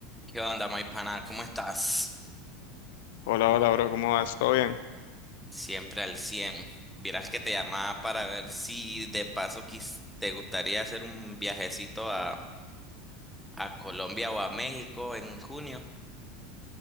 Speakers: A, in the centre; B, on the left.
A: ¿Qué onda, Maipana? ¿Cómo estás?
B: Hola, hola, bro, ¿cómo vas? ¿Todo bien?
A: Siempre al 100. Vieras que te llamaba para ver si de paso quis- te gustaría hacer un viajecito a, a Colombia o a México en junio.